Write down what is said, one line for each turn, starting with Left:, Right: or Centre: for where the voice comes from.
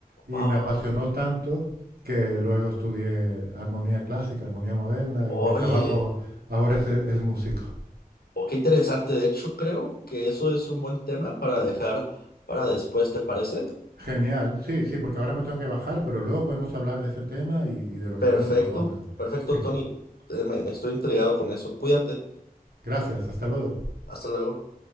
Right: y
Left: wow.
Right: me apasionó tanto que luego estudié armonía clásica, armonía moderna
Left: Oye,
Right: y mi trabajo ahora es, es músico.
Left: oh, qué interesante. De hecho, creo que eso es un buen tema para dejar para después, ¿te parece?
Right: Genial, sí, sí, porque ahora me tengo que bajar, pero luego podemos hablar de ese tema y, y de lo que
Left: Perfecto,
Right: tú me propongas.
Left: perfecto,
Right: Je,
Left: Tony. Eh, me- estoy intrigado con eso. Cuídate.
Right: Gracias, hasta luego.
Left: Hasta luego.